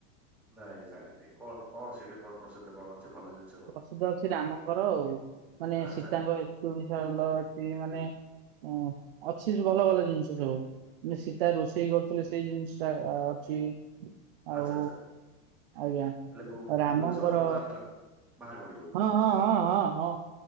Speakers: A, in the centre; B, on the right.
A: ନାଇଁ ଜାଣିନି କଣ କଣ ସେଇଠି କଣ ପ୍ରସିଦ୍ଧ କଣ ଅଛି ଭଲ ଜା
B: ପ୍ରସିଦ୍ଧ ଅଛି ରାମଙ୍କର ଆଉ ମାନେ
A: ଆଚ୍ଛା
B: ସୀତାଙ୍କ ଏନ୍ତୁଡିଶାଳ ସେ ମାନେ ଅ ଅଛି ଭଲ ଭଲ ଜିନଷ ସବୁ ସୀତା ରୋଷେଇ କରୁଥିଲେ ସେ କେତେ ଜିନିଷ ଅ ଅଛି। ଆଉ
A: ଆଚ୍ଛା ଆଚ୍ଛା
B: ଆଜ୍ଞା
A: ହେଲେ ଗୁ
B: ରାମଙ୍କର
A: ଗୁଗୁଲରେ ସର୍ଚ୍ଚ କଲେ ତା <unintelligible>
B: ହଁ ହଁ ହଁ ହଁ ହଁ